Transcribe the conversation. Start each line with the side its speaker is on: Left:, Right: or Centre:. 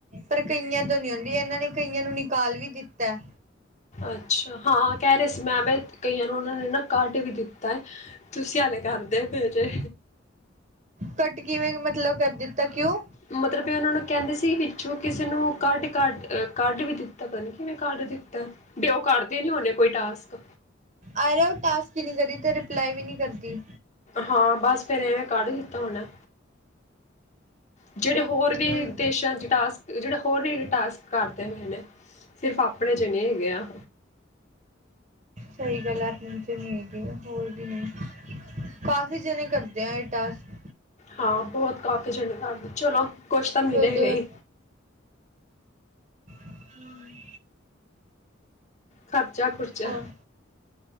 Right: ਪਰ ਕਈਆਂ ਤੋਂ ਨੀ ਆਉਂਦੀ ਇਹਨਾਂ ਨੇ ਕਈਆਂ ਨੂੰ ਨਿਕਾਲ ਵੀ ਦਿੱਤਾ
Left: ਅੱਛਾ, ਹਾਂ ਕੈ ਰੇ ਸੀ ਮੈਂਵੇ ਕਈਆਂ ਨੂੰ ਉਨਾਂ ਨੇ ਨਾ ਕਾਢ ਵੀ ਦਿੱਤਾ ਏ। ਤੁਸੀਂ ਹਾਲੇ ਕਰਦੇ ਪਏ ਜੇ।
Right: ਕੱਟ ਕਿਵੇਂ ਮਤਲਬ ਕਰ ਦਿੱਤਾ ਕਿਉਂ?
Left: ਮਤਲਬ ਬਈ ਉਨਾਂ ਨੂੰ ਕੈਂਦੀ ਸੀ ਵਿੱਚੋਂ ਕਿਸੇ ਨੂੰ ਕੱਢ ਕਡ ਕੱਢ ਵੀ ਦਿੱਤੈ ਪਤਾ ਨੀ ਕਿਵੇਂ ਕਡ ਦਿੱਤੈ। ਡ ਉਹ ਕਰਦੇ ਨੀ ਹਦੇ ਕੋਈ ਟਾਸਕ
Right: ਆਹਾ ਉਹ ਟਾਸਕ ਨੀ ਕਰੀ ਤੇ ਰਿਪਲਾਈ ਵੀ ਨੀ ਕਰਦੀ
Left: ਹਾਂ ਬਸ ਫੇਰ ਇਵੇਂ ਕੱਢ ਦਿੱਤਾ ਹੋਣਾ। ਜਿਹੜੇ ਹੋਰ ਵਿ
Right: ਹਮ
Left: ਵਿਦੇਸ਼ਾਂ ਚ ਟਾਸਕ ਜਿਹੜੇ ਹੋਰ ਵੀ ਟਾਸਕ ਕਰਦੇ ਹੋਏ ਨੇ, ਸਿਰਫ ਆਪਣੇ ਚ ਨੀ ਹੈਗੇ ਆ।
Right: ਸਹੀ ਗੱਲ ਆਪਣੀ ਚ ਨਹੀਂ ਹੈਗੀ, ਹੋਰ ਵੀ ਨਹੀਂ ਕਾਫੀ ਜਣੇ ਕਰਦੇ ਆ ਟਾਸਕ
Left: ਹਾਂ, ਬਹੁਤ ਕਾਫੀ ਝੰਡੇ ਗਾੜ ਤੇ ਚਲੋ ਕੁਛ ਤਾਂ ਮਿਲੇਗਾ
Right: ਜਦੋਂ
Left: ਈ।
Right: ਹੂੰ।
Left: ਖਰਚਾ-ਖੁੁਰਚਾ
Right: ਹੋਰ